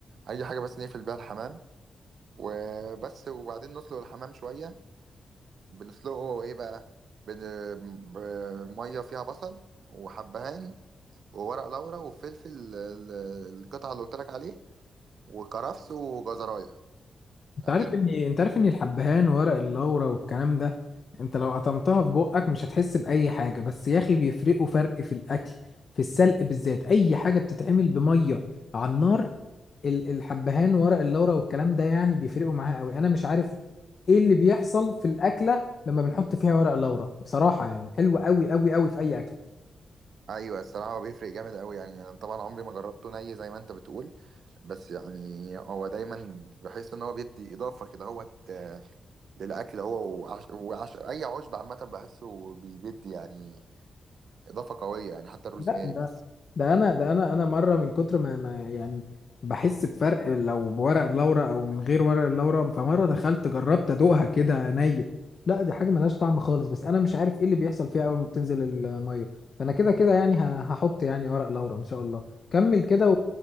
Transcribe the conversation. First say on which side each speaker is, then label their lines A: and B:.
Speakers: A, on the right; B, on the left.
A: اي حاجة بس نقفل بيها الحمام وبس وبعدين نسلق الحمام شوية بنسلقه ايه بقى بن... بميه فيها بصل وحبهان وورق لورا وفلفل ال- ال- القطعه اللي قلت لك عليه وكرفس وجزرايه
B: انت
A: امين
B: عارف ان انت عارف ان الحبهان وورق اللورا والكلام ده انت لو قطمتها في بقك مش هتحس بأي حاجة بس يا اخي بيفرقوا فرق في الأكل في السلق بالذات أي حاجة بتتعمل بمية على النار ال- الحبهان ورق اللورا والكلام ده يعني بيفرقوا معاها قوي أنا مش عارف ايه اللي بيحصل في الأكلة لما بنحط فيها ورق اللورا بصراحة يعني حلوة قوي قوي قوي في أي أكل
A: ايوه الصراحه هو بيفرق جامد قوي يعني انا طبعا عمري ما جربته ني زي ما انت بتقول بس يعني هو دايما بحس ان هو بيدي اضافه كده هوت آه، للاكل هو وعش... وعش... اي عشب عامه بحسه بي- بيدي يعني اضافه قويه يعني حتى الروزماري
B: لا ده
A: مثلا
B: ده انا ده انا انا مره من كتر ما, ما يعني بحس بفرق لو بورق اللورا او من غير ورق اللورا فمره دخلت جربت ادوقها كده عينيا لا دي حاجه ملهاش طعم خالص بس انا مش عارف ايه اللي بيحصل فيها اول ما بتنزل الميه فانا كده كده يعني ه- هحط يعني ورق لورا ان شاء الله كمل كده